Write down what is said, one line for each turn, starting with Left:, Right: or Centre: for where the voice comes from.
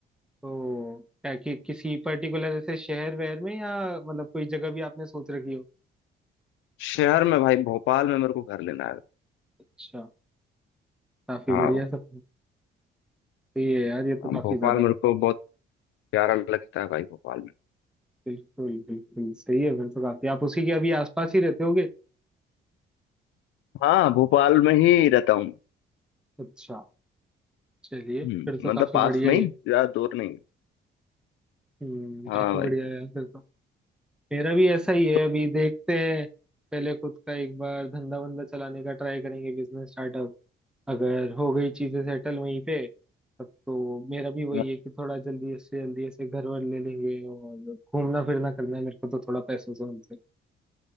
Centre: तो क्या कि किसी पर्टिकुलर जैसे शहर वहर में या मतलब कोई जगह भी आपने सोच रखी हो
Left: शहर में भाई भोपाल में मेरे को घर लेना है
Centre: अच्छा काफी
Left: हाँ
Centre: बढ़िया
Left: भाई
Centre: सब तो ये यार ये तो
Left: हाँ,
Centre: काफी
Left: भोपाल
Centre: ज्यादा
Left: मेरे को बहुत प्यारा लगता है भाई भोपाल में
Centre: बिल्कुल बिल्कुल सही है फिर तो काफी आप उसी के अभी आसपास ही रहते होगे
Left: हाँ भोपाल में ही रहता हूँ मैं।
Centre: अच्छा चलिए
Left: हम्म
Centre: फिर तो
Left: मतलब
Centre: काफी
Left: पास
Centre: बढ़िया
Left: में
Centre: ही
Left: ही
Centre: है
Left: ज्यादा दूर नहीं है
Centre: हम्म
Left: हाँ
Centre: काफी
Left: भाई
Centre: बढ़िया है यार फिर तो मेरा भी ऐसा ही है
Left: तो
Centre: अभी देखते हैं पहले खुद का एक बार धंधा बंदा चलाने का ट्राई करेंगे बिजनेस स्टार्टअप अगर हो गई चीजें सेटल वहीं पे तब तो मेरा भी वही
Left: मैं-
Centre: है कि थोड़ा जल्दी से जल्दी ऐसे घर वर ले लेंगे और घूमना फिरना करना है मेरे को तो थोड़ा पैसों से उनसे